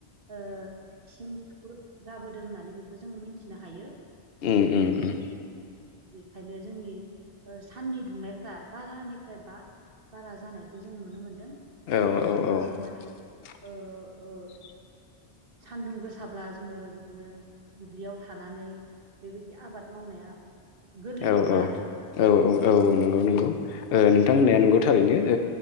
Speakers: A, on the right (about 55°); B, on the left (about 65°).
A: ओ <unintelligible> जाबोदों होननानै बेखौ जोङो मिन्थिनो हायो ।
B: उ उ उ
A: बेखायनो जोंनि साननि दुंनायफ्रा बारानिफ्राय बा बारा जानायखौ जों नुनो मोनदों
B: औ
A: जेराव
B: औ
A: जोङो
B: औ
A: माने
B: <inaudible>
A: ओ ओ सान्दुं गोसाब्ला जोङो बिदिनो दुब्लियाव थानानै बेबायदि आबाद मावनाया गोरलै
B: औ
A: नंला
B: औ
A: आरो दानि दिनाव
B: औ औ औ नंगौ नंगौ ओं नों नोंथां होनयाना नंगौ थारैनो